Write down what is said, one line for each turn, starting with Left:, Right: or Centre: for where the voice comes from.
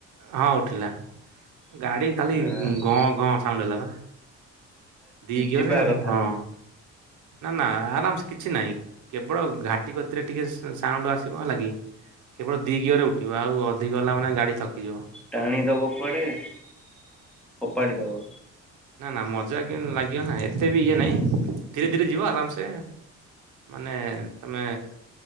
Right: ହଁ ଉଠିଲା ଗାଡି ଖାଲି
Centre: ଆ
Right: ଗଁ ଗଁ ସାଉଣ୍ଡ ହେଲା ବା ଦି ଗିଅରେ
Centre: ଯିବା କଥା
Right: ହଁ।
Centre: ନୁହଁ
Right: ନା ନା ଆରାମ ସେ କିଛି ନାହିଁ କେବଳ ଘାଟି ଗତିରେ ଟିକେ ସାଉଣ୍ଡ ଆସିବ ହେଲା କି। କେବଳ ଦି ଗିଅ ରେ ଉଠିବ ଆଉ ଅଧିକ ହେଲା ମାନେ ଗାଡି ଥକି ଯିବ।
Centre: ଟାଣି ଦବ କୁଆଡେ ଫୋପାଡି ଦବ।
Right: ନା ନା ମଜା କେମିତି ଲାଗିବନା ଏତେ ବି ଇଏ ନାହିଁ। ଧୀରେ ଧୀରେ ଯିବ ଆରାମସେ ମାନେ ତମେ